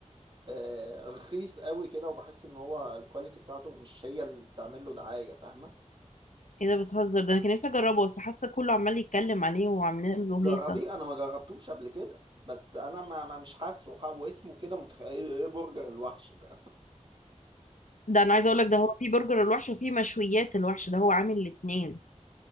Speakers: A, on the right (about 40°); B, on the left (about 80°).
A: آه، رخيص قوي كده وبحس ان هو الكواليتي بتاعته مش هي اللي بتعمل له دعاية فاهمة
B: ايه ده بتهزر ده انا كان نفسي اجربه بس حاسه كله عمال يتكلم عليه وعاملين له
A: جربيه
B: هيصه
A: انا ما جربتوش قبل كده بس انا ما ما- مش حاسه ح- واسمه كده متخيل ايه إيه، برجر الوحش ده
B: ده انا عايزه اقول لك ده هو في برجر الوحش وفي مشويات الوحش ده هو عامل الاتنين